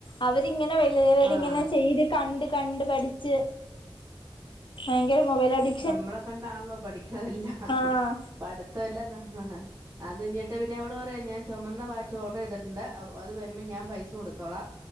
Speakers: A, on the left (about 65°); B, on the right (about 30°).
A: അവരിങ്ങനെ വലിയവരിങ്ങനെ
B: ആഹ്
A: ചെയ്ത് കണ്ട് കണ്ട് പഠിച്ച് ഭയങ്കര മൊബൈൽ അടി
B: നമ്മളെ കണ്ടാണല്ലോ പഠിക്കണതെല്ലാം
A: ആഹ്
B: പഠിത്തെല്ലാം നമ്മള അത് കഞ്ഞിട്ട് പിന്നെ അവള് പറയാം ഞാൻ ചുമന്ന വാച്ച് ഓർഡർ ചെയ്തിട്ടുണ്ട് അത് വരുമ്പോൾ ഞാൻ പൈസ കൊടുത്തോളാം